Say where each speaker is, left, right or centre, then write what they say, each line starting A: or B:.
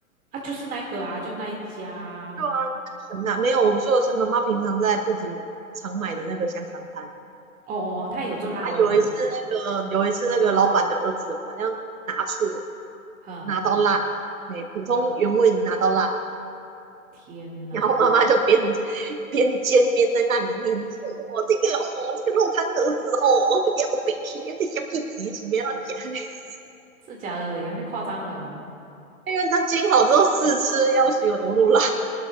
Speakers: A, on the right; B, on the right.
A: 啊，就是那个啊，就那一家啊
B: 对啊，那个很辣。没有，我说的是妈妈平常在铺子常买的那个香肠摊
A: 哦哦，他也有做辣味的。
B: 啊。有一次那个有一次那个老板的儿子哦，好像拿错，
A: 哈
B: 拿到辣的，哎，欸普通原味的拿到辣的
A: 哈，天哪，
B: 然后妈妈就边边煎边在那里念：“哦，这个哦，这个肉摊儿子哦，这点好别气，这小弟弟是不要夹的，<laughs>
A: 这假的也太夸张了。
B: 因为他煎好之后试吃，要许有多路啦。